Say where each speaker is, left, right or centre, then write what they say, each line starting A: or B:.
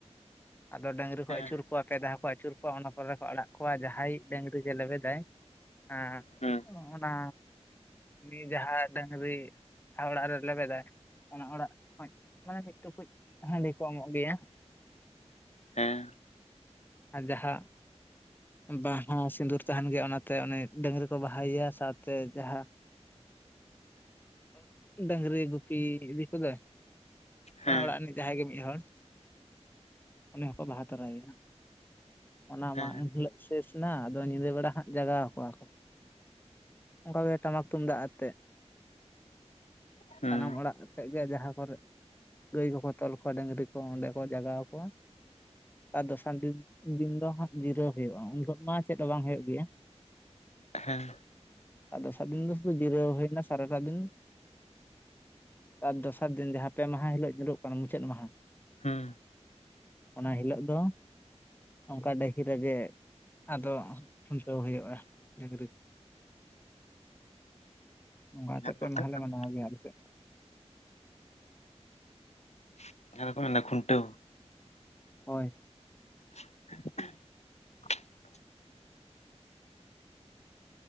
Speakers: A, on the left (about 15°); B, on the left (about 70°).
A: ᱟᱫᱚ ᱰᱟᱹᱝᱨᱤ ᱠᱚ
B: ᱦᱮᱸ
A: ᱟᱹᱪᱩᱨ ᱠᱚᱣᱟ ᱯᱮ ᱫᱷᱟᱣ ᱠᱚ ᱟᱹᱪᱩᱨ ᱠᱚᱣᱟ ᱚᱱᱟ ᱯᱚᱨᱮ ᱠᱚ ᱟᱲᱟᱜ ᱠᱚᱣᱟ ᱡᱟᱦᱟᱸᱭ ᱰᱟᱹᱝᱨᱤ ᱜᱮ ᱞᱮᱵᱮᱫᱟᱭ ᱦᱮᱸ
B: ᱦᱩᱸ
A: ᱚᱱᱟ ᱩᱱᱤ ᱡᱟᱦᱟᱸ ᱰᱟᱝᱨᱤ ᱡᱟᱦᱟᱸ ᱚᱲᱟᱜ ᱨᱮ ᱞᱮᱵᱮᱫᱟᱭ ᱚᱱᱟ ᱚᱲᱟᱜ ᱠᱷᱚᱡ ᱢᱟᱱᱮ ᱢᱤᱫ ᱴᱩᱠᱩᱡ ᱦᱟᱺᱰᱤ ᱠᱚ ᱮᱢᱚᱜ ᱜᱤᱭᱟ <inaudible>
B: ᱦᱮᱸ
A: ᱟ ᱡᱟᱦᱟᱸ ᱵᱟᱝᱦᱚ ᱥᱤᱸᱫᱩᱨ ᱛᱟᱦᱮᱱ ᱜᱤᱭᱟ ᱚᱱᱟᱛᱮ ᱩᱱᱤ ᱰᱟᱹᱝᱨᱤ ᱠᱚ ᱵᱟᱦᱟᱭᱟ ᱥᱟᱶᱛᱮ ᱡᱟᱦᱟᱸ <inaudible> ᱰᱟᱝᱨᱤ ᱜᱩᱯᱤ ᱤᱫᱤ ᱠᱚᱫᱚᱭ
B: ᱦᱮᱸ
A: ᱚᱱᱟ ᱚᱲᱟᱜ ᱨᱤᱱᱤᱡ ᱡᱟᱦᱟᱸᱭ ᱜᱮ ᱢᱤᱫ ᱦᱚᱲ ᱩᱱᱤ ᱦᱚᱸᱠᱚ ᱵᱟᱦᱟ ᱛᱚᱨᱟᱭ ᱭᱟ ᱚᱱᱟ
B: ᱦᱮᱸ
A: ᱢᱟ ᱤᱱᱦᱤᱞᱳᱜ ᱥᱮᱥ ᱱᱟ ᱟᱫᱚ ᱧᱤᱫᱟᱹ ᱵᱮᱲᱟ ᱦᱟᱸᱜ ᱡᱟᱜᱟᱣ ᱠᱚᱣᱟ ᱠᱚ ᱚᱝᱠᱟᱜᱮ ᱴᱟᱢᱟᱠ ᱛᱩᱢᱫᱟᱜ ᱟᱛᱮᱜ
B: ᱦᱩᱸ
A: ᱥᱟᱱᱟᱢ ᱚᱲᱟᱜ ᱴᱷᱮᱜ ᱜᱮ ᱡᱟᱦᱟᱸ ᱠᱚᱨᱮ ᱜᱟᱹᱭ ᱠᱚᱠᱚ ᱛᱚᱞ ᱠᱚᱣᱟ ᱰᱟᱹᱝᱨᱤ ᱠᱚ ᱚᱸᱰᱮ ᱠᱚ ᱡᱟᱜᱟᱣ ᱠᱚᱣᱟ ᱟᱨ ᱫᱚᱥᱟᱨ ᱰᱤᱱ ᱫᱤᱱ ᱫᱚ ᱦᱟᱸᱜ ᱡᱤᱨᱟᱹᱣ ᱦᱩᱭᱩᱜᱼᱟ ᱩᱱᱦᱤᱞᱳᱜ ᱢᱟ ᱪᱮᱜ ᱦᱚ ᱵᱟᱝ ᱦᱳᱭᱳᱜ ᱜᱤᱭᱟ
B: ᱦᱮᱸ
A: ᱟᱨ ᱫᱚᱥᱟᱨᱫᱤᱱ ᱫᱚ ᱥᱩᱫᱷᱩ ᱡᱤᱨᱟᱹᱣ ᱦᱳᱭᱱᱟ ᱥᱟᱨᱟ ᱴᱟ ᱫᱤᱱ ᱟᱨ ᱫᱚᱥᱟᱨ ᱫᱤᱱ ᱡᱟᱦᱟᱸ ᱯᱮ ᱢᱟᱦᱟ ᱦᱤᱞᱳᱜ ᱧᱩᱨᱚᱜ ᱠᱟᱱᱟ ᱢᱩᱪᱟᱹᱫ ᱢᱟᱦᱟᱸ
B: ᱦᱩᱸ
A: ᱚᱱᱟ ᱦᱤᱞᱳᱜ ᱫᱚ ᱚᱝᱠᱟ ᱰᱟᱹᱦᱤ ᱨᱮᱜᱮ ᱟᱫᱚ ᱠᱷᱩᱱᱴᱟᱹᱣ ᱦᱳᱭᱳᱜᱼᱟ ᱰᱟᱝᱨᱤ ᱚᱱᱟ
B: ᱡᱟᱦᱟᱸ
A: ᱛᱮ
B: ᱫᱚᱠᱚ
A: ᱯᱮ
B: ᱢᱮᱛᱟᱜ
A: ᱢᱟᱦᱞᱮ
B: ᱠᱟᱱ
A: ᱢᱟᱱᱟᱣ ᱜᱤᱭᱟ ᱟᱞᱮ ᱥᱮᱜ
B: <inaudible> ᱟᱫᱚ ᱠᱚ ᱢᱮᱱᱟ ᱠᱷᱩᱱᱴᱟᱹᱣ
A: ᱦᱳᱭ
B: <inaudible>